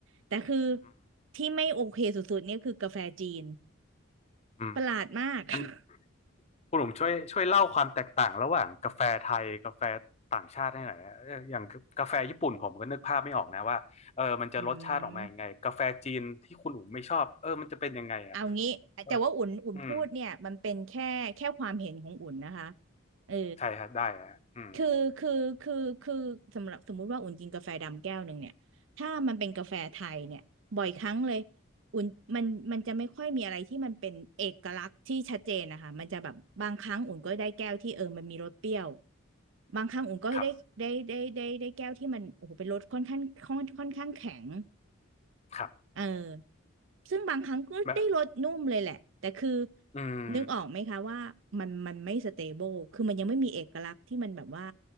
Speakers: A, on the right; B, on the left.
A: แต่คือ
B: อืม
A: ที่ไม่โอเคสุดๆเนี่ยคือกาแฟจีน
B: อืม
A: ประหลาดมาก <laughs>
B: มันคุณหลงช่วยช่วยเล่าความแตกต่างระหว่างกาแฟไทยกาแฟต่างชาติให้หน่อยนะเอออย่างกาแฟญี่ปุ่นผมก็นึกภาพไม่ออกนะว่าเออมันจะรสชาติออกมายังไงกาแฟจีนที่คุณหลุงไม่ชอบเออมันจะเป็นยังไงอ่ะ
A: อืม เอางี้แต่ว่าอุ่นอุ่นพูดเนี่ยมันเป็นแค่แค่ความเห็นของอุ่นนะคะ
B: เอออืม
A: เออ
B: ใช่ครับได้ฮะอืม
A: คือคือคือคือสำหรับสมมุติว่าอุ่นกินกาแฟดำแก้วหนึ่งเนี่ยถ้ามันเป็นกาแฟไทยเนี่ยบ่อยครั้งเลยอุ่นมันมันจะไม่ค่อยมีอะไรที่มันเป็นเอกลักษณ์ที่ชัดเจนนะคะมันจะแบบบางครั้งอุ่นก็ได้แก้วที่เออมันมีรสเปรี้ยวบางครั้งอุ่นก็ได้ได้ได้ได้ได้แก้วที่มันโอ้โหเป็นรสค่อนข้างค่อนค่อนข้างแข็ง
B: ครับครับ
A: เออซึ่งบางครั้งก็ได้รสนุ่มเลยแหละแต่คือ
B: แบบอืม
A: นึกออกไหมคะว่ามันมันไม่สเตเบิลคือมันยังไม่มีเอกลักษณ์ที่มันแบบว่า